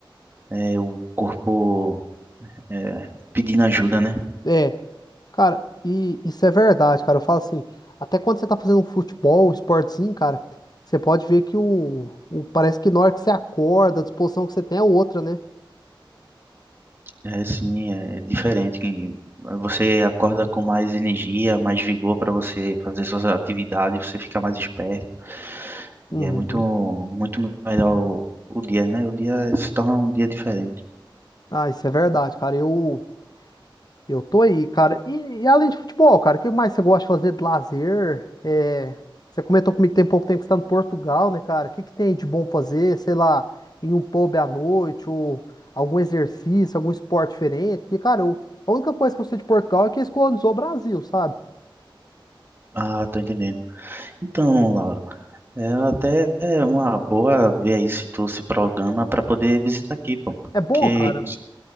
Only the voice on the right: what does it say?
eh, eh, o corpo eh, pedindo ajuda, né?
É assim, é diferente. que Você acorda com mais energia, mais vigor para você fazer suas atividades, você fica mais esperto.
E é muito, muito melhor o, o dia, né? O dia se torna um dia diferente.
Ah, tô entendendo. Então, Laura, é até uma boa ver aí se tu se programa para poder visitar aqui, pô.
Porque